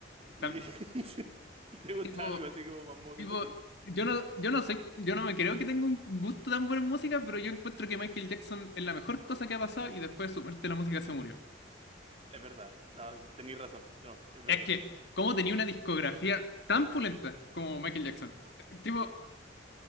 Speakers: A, on the right; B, on the left.
A: ¿Y,
B: Tam-
A: <laughs> sí. ¿Y te gusta
B: tipo,
A: algo así como más movido
B: tipo,
A: a ti?
B: yo no, yo no soy, yo no me creo que tengo un gusto tan bueno en música, pero yo encuentro que Michael Jackson es la mejor cosa que ha pasado y después de su muerte la música se murió.
A: Es verdad, no, sí, tenés razón, no, es verdad.
B: Es que, ¿cómo tenía una discografía tan pulenta como Michael Jackson? Tipo,
A: Es que